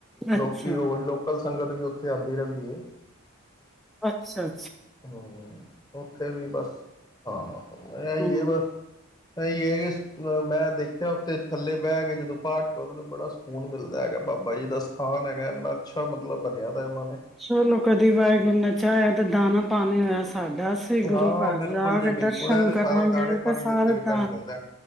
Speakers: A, in the centre; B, on the left.
A: ਅੱਛਾ,
B: ਲੋਕੀ ਰੋਜ ਲੋਕਲ ਸੰਗਤ ਵੀ ਉੱਥੇ ਆਂਦੀ ਰਹਿੰਦੀ ਐ।
A: ਅੱਛਾ
B: ਹੂੰ ਉੱਥੇ ਵੀ ਬਸ ਹਾਂ ਇਹ ਹੀ
A: ਹੂੰ।
B: ਹੈ ਬਸ ਇਹੀ ਹੈ ਕਿ ਹਾਂ, ਮੈਂ ਦੇਖਿਆ ਉੱਥੇ ਥੱਲੇ ਬਹਿ ਕੇ ਜਦੋ ਪਾਠ ਕਰੋ ਤੇ ਬੜਾ ਸੁਕੂਨ ਮਿਲਦਾ ਹੈਗਾ ਬਾਬਾ ਜੀ ਦਾ ਸਥਾਨ ਹੈਗਾ ਹੈ ਇੰਨਾ ਅੱਛਾ ਮਤਲਬ ਬਣਿਆ। ਦਾ ਉਹਨਾਂ ਨੇ
A: ਚਲੋ ਕਦੀ ਵਾਹਿਗੁਰ ਨੇ ਚਾਹਿਆ ਤੇ ਦਾਨਾ ਪਾਣੀ ਹੋਇਆ ਸਾਡਾ ਅਸੀ ਗੁਰੂ
B: ਹਾਂ
A: ਘਰ
B: ਬਿਲਕੁਲ
A: ਜਾ
B: ਜੀ
A: ਕੇ
B: ਬਿਲਕੁਲ
A: ਦਰਸ਼ਨ
B: ਇਹ ਤੇ ਸਾਰਾ
A: ਕਰਾਂਗੇ
B: ਦਾਣੇ ਪਾਣੀ
A: ਤੇ ਸਾਰੇ
B: ਦੇ ਉੱਤੇ ਡਿਪੈਂਡ
A: ਦਾਨ
B: ਕਰਦਾ